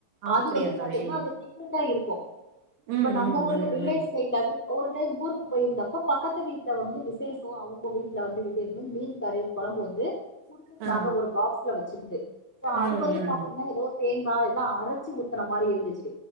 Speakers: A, on the right (about 75°); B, in the centre.
A: அப்படியா
B: அது வந்து பாத்தீங்கன்னா
A: தோழி
B: அது டிஃப்ரெண்டா இருக்கு இப்ப
A: ம்
B: நம்ம
A: ம்
B: ஊர்ல
A: ம்
B: வில்லேஜ்
A: ம்
B: சைடுல ஒரு டைம் ஊருக்கு போயிருந்தப்ப பக்கத்து வீட்ட வந்து விசேஷ அவங்க வீட்டுல வந்து விசேஷம் மீன் கறி குழம்பு வந்து குடுத்துிருந்தாங்க
A: ஆ
B: ஒரு பாக்ஸ்ல வச்சிருந்து சோ அது
A: ம்
B: வந்து பாத்தீங்கன்னா
A: ம்
B: ஏதோ தேங்காய் எல்லா அரைச்சு ஊத்தன மாதிரி இருந்துச்சு